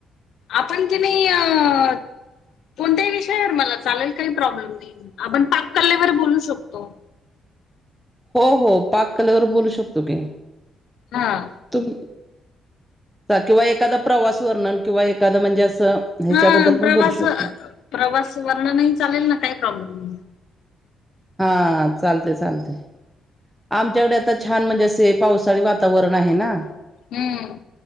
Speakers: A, on the left; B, in the centre.
A: आपण कणी अ. कोणत्याही विषयावर मला चालेल, काही प्रॉब्लेम नाही आपण पाककलेवर बोलू शकतो.
B: हो हो पाक कलेवर बोलू शकतो की.
A: हां.
B: तुम किंवा एखादा प्रवास वर्णन, किंवा एखादं म्हणजे असं. हेच्याबद्दल
A: हा प्रवास
B: पण बोलू शकतो.
A: प्रवास वर्ण नाही चालेल ना, काही प्रॉब्लेम नाही.
B: हा चालतंय चालतंय. आमच्याकडे आता छान म्हणजे, असे पावसाळी वातावरण आहे ना.
A: हम्म.